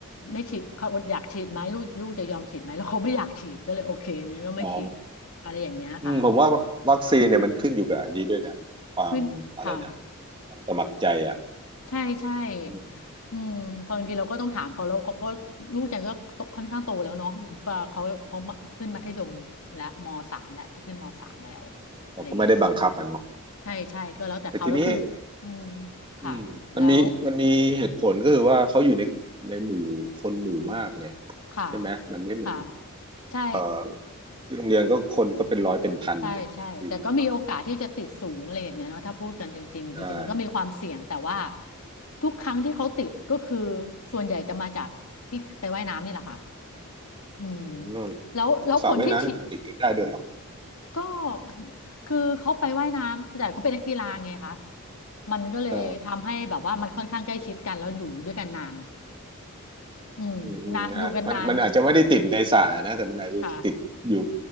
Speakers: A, on the left; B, on the right.
A: ไม่ฉีดเขาอยากฉีดไหมลูกลูกจะยอมฉีดไหมแล้วเขาไม่อยากฉีดก็เลยโอเคงั้นก็ไม่ฉีด
B: อ๋อ
A: อะไรอย่างเงี้ยค่ะ
B: อืมผมว่าวัคซีนเนี่ยมันขึ้นอยู่กับอันนี้ด้วยนะ
A: อืม
B: ความอะไรนะ
A: ขึ้นค่ะ
B: ความสมัครใจอ่ะ
A: ใช่ใช่
B: อืม
A: อืมบางทีเราก็ต้องถามเขาแล้วเขาก็ลูกจันก็ค่อนข้างโตแล้วเนาะปะเขาเขาขึ้นมัธยมและมสามแล้วจะขึ้นมสามแล้วอะไรเงี้ย
B: เราก็ไม่ได้บังคับอ่ะเนาะ
A: ใช่ใช่ก็แล้วแต่เขาแล้วคืออืม
B: แต่ทีนี้
A: ค่ะแล้ว
B: อืมมันมีมันมีเหตุผลก็คือว่าเขาอยู่ในในหมู่คนหมู่มากไง
A: ค่ะ
B: ใช่ไหม มันไม่เหมือน
A: ค่ะ ใช่
B: เอ่อที่โรงเรียนก็คนก็เป็นร้อยเป็นพันอย่างเงี้ยครับพี่ก็
A: ใช่ใช่แต่ก็มีโอกาสที่จะติดสูงอะไรอย่างเงี้ยเนาะถ้าพูดกันจริงๆจริงๆมันก็มีความเสี่ยงแต่ว่า
B: ใช่
A: ทุกครั้งที่เขาติดก็คือส่วนใหญ่จะมาจากที่ไปว่ายน้ำนี่แหละค่ะอืม
B: อืม
A: แล้วแล้วคนที่ฉีด
B: สระว่ายน้ำเนี่ยมันติดกันได้ด้วยเหรอ
A: ก็คือเขาไปว่ายน้ำแต่เขาเป็นนักกีฬาไงคะมันก็เลยทำให้แบบว่ามันค่อนข้างใกล้ชิดกันแล้วอยู่ด้วยกันนาน
B: เออ
A: อืมนานอยู่กันนาน
B: อืมอืมอ่ะมันมันอาจจะไม่ได้ติดในสระนะ แต่มันอาจจะติดอยู่
A: ค่ะ